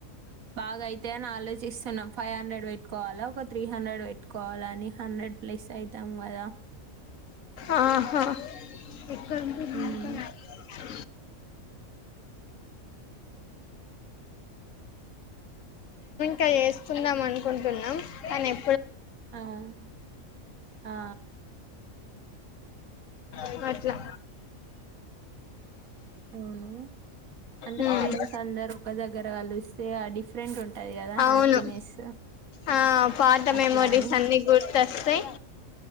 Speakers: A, on the right (about 80°); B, on the left (about 70°).
A: బాగా అయితా అని ఆలోచిస్తున్నాం ఫైవ్ హండ్రెడ్ పెట్టుకోవాలా ఒక త్రీ హండ్రెడ్ పెట్టుకోవాల అని హండ్రెడ్ ప్లస్ అయితాం కదా
B: ఆహా ఎ
A: హ్మ్.
B: ఇం చేసుకుందాం అనుకుంటున్నాం కాని ఎ
A: అవును ఆ
B: ఎం అట్లా
A: అవును అంటే
B: ఉమ్
A: ఫ్రెండ్స్ అందరు ఒక దగ్గర కలిస్తే ఆ డిఫరెంటుం టది కదా
B: అవును
A: హ్యాపీనెస్
B: ఆ పాత
A: అట్లా
B: మెమోరీస్
A: అని.
B: అన్ని గుర్తొస్తాయి